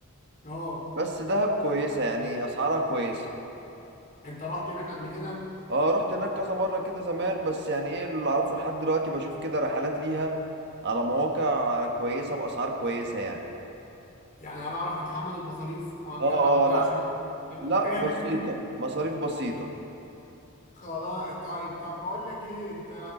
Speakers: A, on the left (about 40°); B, on the right (about 55°).
A: اه
B: بس دهب كويسه يعني اسعارها كويسه
A: انت رحت هناك قبل كده؟
B: اه رحت هناك كذا مرة كده زمان بس يعني ايه اللي اعرفه لحد دلوقتي بشوف كده رحلات ليها على مواقع كويسة بأسعار كويسة يعني
A: يعني هنعرف نتحمل المصاريف ما انت
B: اه
A: ما
B: اه
A: انت-
B: اه،
A: عشان
B: لا
A: ما ما-
B: لا بسيطة مصاريف بسيطة
A: <laughs> خلاص طيب طب بقول لك ايه انت